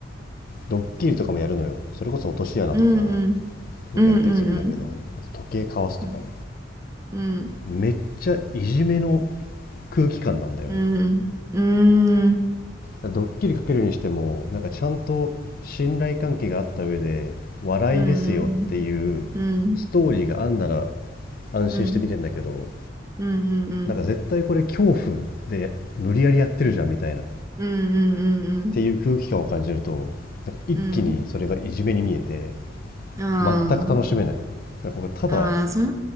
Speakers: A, on the left; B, on the right.
A: ドッキリとかもやるのよ。それこそ落とし穴とか、
B: うん、うん。
A: なんかやったりするんだけど、
B: うん、うん、うん。
A: あと時計かわすとかね。
B: うん、うん。
A: めっちゃいじめの空気感なんだよね。
B: うん、うん、うん。
A: ドッキリかけるにしても、なんかちゃんと信頼関係があった上で、笑いですよっていう
B: うん、うん、
A: ストーリーがあんなら安心して見てんだけど、
B: うん。うん、うん、
A: なんか絶対これ恐怖で無理やりやってるじゃんみたいな、っ
B: うん。
A: ていう空気感を感じると、なんか一気にそれがいじめに見えて、
B: うん。あ
A: 全く楽しめない。なんかこれただ
B: あ、ああ、それ、